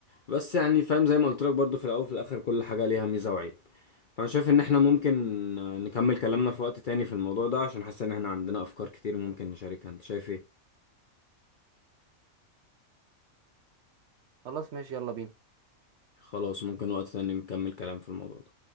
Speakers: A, on the left; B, on the right.
A: بس يعني فاهم زي ما قلت لك برضو في الاول وفي الاخر كل حاجه ليها ميزه وعيب فانا شايف ان احنا ممكن نكمل كلامنا في وقت تاني في الموضوع ده عشان حاسس ان احنا عندنا افكار كتير ممكن نشاركها انت شايف ايه
B: خلاص ماشي يلا بينا
A: خلاص ممكن وقت تاني نكمل كلام في الموضوع ده